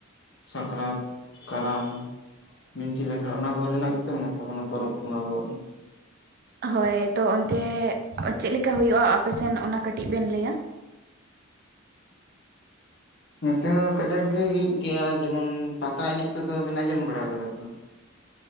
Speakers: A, on the left; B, on the right.
A: ᱥᱟᱠᱨᱟᱛ ᱠᱟᱨᱟᱢ ᱵᱤᱱᱛᱤ ᱵᱟᱠᱷᱮᱬ ᱚᱱᱟ ᱠᱚᱨᱮᱱᱟᱜ ᱜᱮᱛᱚ ᱢᱮᱱᱟᱜ ᱛᱟᱵᱚᱱᱟ ᱯᱚᱨᱚᱵᱽ ᱠᱚᱢᱟ ᱟᱵᱚᱣᱟᱜ ᱢᱟ
B: ᱦᱳᱭ ᱛᱚ ᱚᱱᱛᱮ ᱪᱮᱫ ᱞᱮᱠᱟ ᱦᱳᱭᱳᱜᱼᱟ ᱟᱯᱮᱥᱱ ᱚᱱᱟ ᱠᱟᱹᱴᱤᱡ ᱵᱮᱱ ᱞᱟᱹᱭᱟ
A: ᱱᱚᱛᱮ ᱦᱚᱸ ᱠᱟᱡᱟᱠ ᱜᱮ ᱦᱳᱭᱳᱜ ᱜᱮᱭᱟ ᱡᱮᱢᱚᱱ ᱯᱟᱛᱟ ᱮᱱᱮᱡ ᱠᱚᱫᱚ ᱵᱮᱱ ᱟᱸᱡᱚᱢ ᱵᱟᱲᱟ ᱠᱟᱫᱟ ᱛᱚ